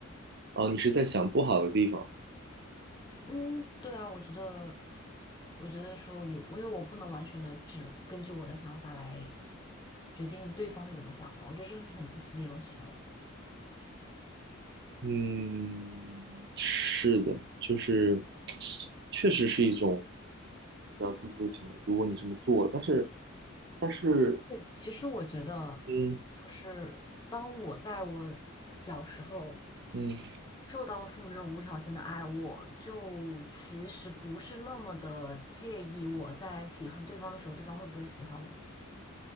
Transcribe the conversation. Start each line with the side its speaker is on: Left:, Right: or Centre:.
Right: 哦，你是在想不好的地方。
Left: 嗯，对啊，我觉得，我觉得说有，因为我不能完全的只根据我的想法来决定对方是怎么想的，我觉得这是很自私的一种行为。
Right: 嗯，是的，就是确实是一种比较自私的行为。如果你这么做，但是，但是，
Left: 其实我觉得，
Right: 嗯
Left: 就是当我在我小时候
Right: 嗯，
Left: 受到了父母这种无条件的爱，我就其实不是那么的介意我在喜欢对方的时候，对方会不会喜欢我。